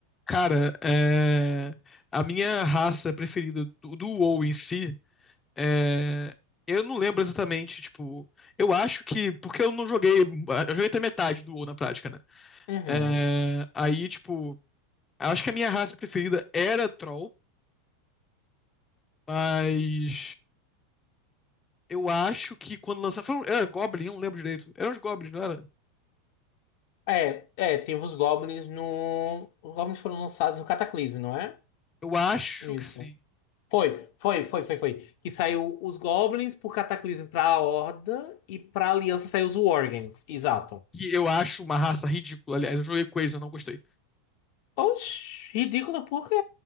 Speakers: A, on the left; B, on the left.
A: Cara, é, a minha raça preferida do, do WoW em si, é, eu não lembro exatamente, tipo, eu acho que, porque eu não joguei, eu joguei até metade do WoW na prática, né?
B: Uhum.
A: É, aí, tipo, eu acho que a minha raça preferida era Troll, mas eu acho que quando lançaram, foi um- era Goblin, eu não lembro direito, eram os Goblins, não era?
B: É, é, tem os Goblins no. Os Goblins foram lançados no Cataclismo, não é?
A: Eu acho
B: Isso.
A: que sim,
B: Foi, foi, foi, foi, foi. Que saiu os Goblins pro Cataclismo pra Horda e pra Aliança saiu os Worgens. Exato.
A: que eu acho uma raça ridícula, aliás, eu joguei com eles, eu não gostei.
B: Oxi, ridículo, por quê?